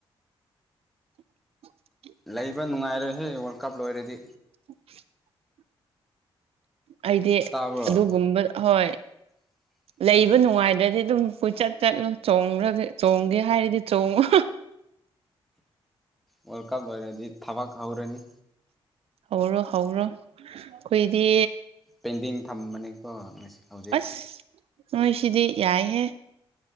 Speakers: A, on the right; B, in the centre.
A: <unintelligible>
B: ꯂꯩꯕ ꯅꯨꯡꯉꯥꯏꯔꯍꯦ ꯋꯥꯔꯜ ꯀꯞ ꯂꯣꯏꯔꯗꯤ
A: <inaudible> ꯑꯩꯗꯤ
B: ꯇꯥꯕ꯭ꯔꯣ
A: ꯑꯗꯨꯒꯨꯝꯕ ꯍꯣꯏ
B: <inaudible>
A: ꯂꯩꯕ ꯅꯨꯡꯉꯥꯏꯗ꯭ꯔꯗꯤ ꯑꯗꯨꯝ ꯀꯣꯏꯆꯠ ꯆꯠꯂꯣ ꯆꯣꯡꯒ ꯆꯣꯡꯒꯦ ꯍꯥꯏꯔꯗꯤ ꯆꯣꯡꯉꯨ
B: ꯋꯥꯔꯜ ꯀꯞ ꯂꯣꯏꯔꯗꯤ ꯊꯕꯛ ꯍꯧꯔꯅꯤ
A: ꯍꯧꯔꯣ ꯍꯧꯔꯣ ꯑꯩꯈꯏꯗꯤ
B: ꯄꯦꯟꯇꯤꯡ ꯊꯝ ꯃꯅꯦ ꯍ ꯉꯁꯤ ꯍꯧꯖꯤꯛ
A: ꯑꯁ ꯅꯣꯏꯁꯤꯗꯤ ꯌꯥꯏꯍꯦ